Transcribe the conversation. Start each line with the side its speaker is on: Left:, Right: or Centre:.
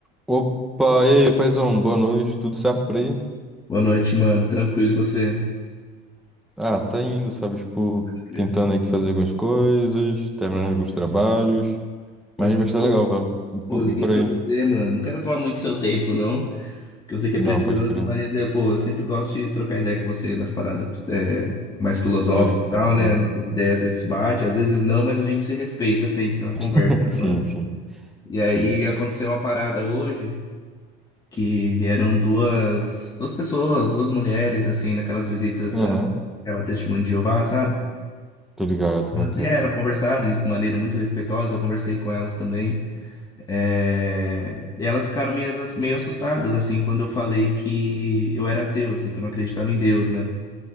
Centre: Opa, e aí, paizão, boa noite, tudo certo por aí?
Left: Boa noite, mano. Tranquilo, e você?
Centre: Ah, tá indo, sabe, tipo,
Left: Pode crer,
Centre: tentando aqui fazer algumas coisas, terminando
Left: pode
Centre: alguns
Left: crer.
Centre: trabalhos,
Left: Pode
Centre: mas,
Left: crer.
Centre: mas tá
Left: Pô,
Centre: legal, velho, e por,
Left: pô, liguei
Centre: e por
Left: pra
Centre: aí?
Left: você, mano. Não quero tomar muito seu tempo, não, que eu sei que é
Centre: Não,
Left: precioso,
Centre: pode crer,
Left: mas, é, pô, eu sempre gosto de trocar ideia com você nas paradas é, mais filosóficas
Centre: pode crer,
Left: e tal,
Centre: pode crer.
Left: né? Nossas ideias às vezes batem, às vezes não, mas a gente se respeita sempre na conversa,
Centre: <laughs> Sim,
Left: né, mano?
Centre: sim,
Left: E aí
Centre: sim.
Left: aconteceu uma parada hoje que vieram duas, duas pessoas, duas mulheres, assim, naquelas visitas
Centre: Aham,
Left: daquela Testemunha de Jeová, sabe?
Centre: tô ligado,
Left: Elas
Centre: como é que
Left: vieram,
Centre: é?
Left: conversaram de maneira muito respeitosa, eu conversei com elas também. É, e elas ficaram meio, as- meio assustadas, assim, quando eu falei que eu era ateu, assim, que eu não acreditava em Deus, né?